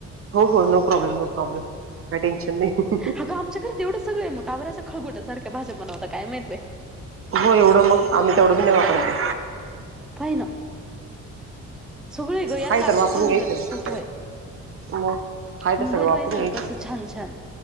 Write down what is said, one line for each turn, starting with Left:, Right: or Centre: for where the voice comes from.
Right: हो हो नो प्रॉब्लेम नो प्रॉब्लेम काय टेन्शन नाही
Centre: हग आमच्यार तेवढं सगळंग काबराच्या खळगोट सार्या भाज्या बनवता काय माहीिते
Right: हो एवढं मग आम्ही तेवढं पी नाही वापरते
Centre: होय ना सगळे ग याेतला
Right: हाय
Centre: आता
Right: तर वापरून
Centre: तू सांगितलं
Right: घ्यायचं
Centre: ते सगळे
Right: मग हाय
Centre: बनवायचं
Right: तर सगळं वापरून घ्यायचं
Centre: ना कसं छान छान